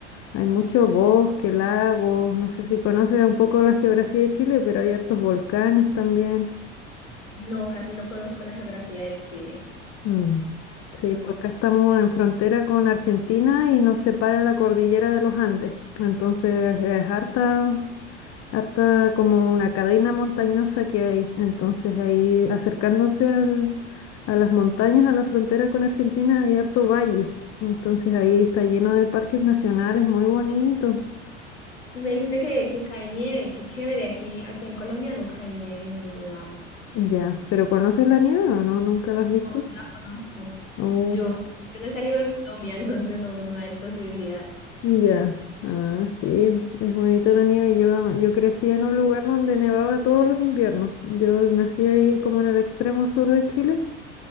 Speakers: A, on the left; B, on the left.
A: hay mucho bosque, lagos, no sé si conoces un poco la geografía de Chile, pero hay hartos volcanes también.
B: No, casi no conozco la geografía de Chile.
A: Mm. Sí,
B: Mm.
A: pues acá estamos en frontera con Argentina y nos separa la cordillera de los Andes, entonces es harta. harta como una cadena montañosa que hay. Entonces ahí acercándose al- a las montañas, a la frontera con Argentina, hay harto valle. Entonces ahí está lleno de parques nacionales, muy bonito.
B: Y me dijiste que, que cae nieve, qué chévere, aquí, aquí en Colombia no cae nieve en ningún lado.
A: Ya, pero ¿conoces la nieve o no? ¿Nunca la has visto?
B: No, no la conozco.
A: Oh,
B: Yo, yo no he salido de Colombia, <laughs> entonces no, no hay posibilidades.
A: ya. Ah, sí, es, es bonito la nieve. Yo, yo crecí en un lugar donde nevaba todos los inviernos. Yo nací ahí como en el extremo sur de Chile.